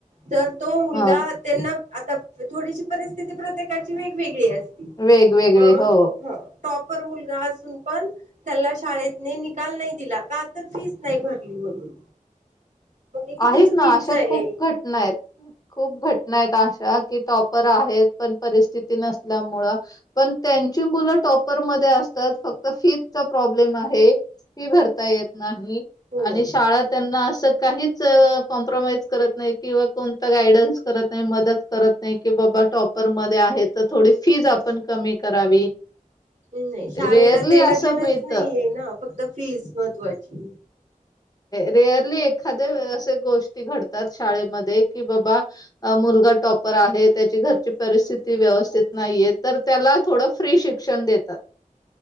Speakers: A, on the right; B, on the left.
A: तर तो मुलगा
B: हा
A: त्यांना आता थोडीशी परिस्थिती प्रत्येकाची वेगवेगळी अस
B: वेगवेगळे
A: मग
B: हो
A: टॉपर मुलगा असून पण त्याला शाळेतने निकाल नाही दिला. का तर फीस नाही भरली म्हणून. मग हे किती
B: आहेत
A: चुकीचं
B: ना. अशा
A: आहे
B: खूप घटना आहेत. खूप घटना आहेत अशा की टॉपर आहेत पण परिस्थिती नसल्यामुळं पण त्यांची मुलं टॉपर मध्ये असतात फक्त फीजचा प्रॉब्लेम आहे. फी भरता येत नाही
A: हो
B: आणि शाळा त्यांना असं काहीच -- कॉम्प्रोमाइज करत नाही किंवा कोणता गायडन्स करत नाही. मदत करत नाही की, बाबा टॉपर मध्ये आहे तर थोडी फीज आपण कमी करावी.
A: नाही शाळेला
B: रेअरली
A: देणं
B: असं
A: देेणंच
B: मिळत
A: नाहीये ना फक्त फीस महत्त्वाची
B: रेअरली एखादे असे गोष्टी घडतात शाळेमध्ये कि बाबा मुलगा टॉपर आहे त्याची घरची परिस्थिती व्यवस्थित नाहीये तर त्याला थोडं फ्री शिक्षण देतात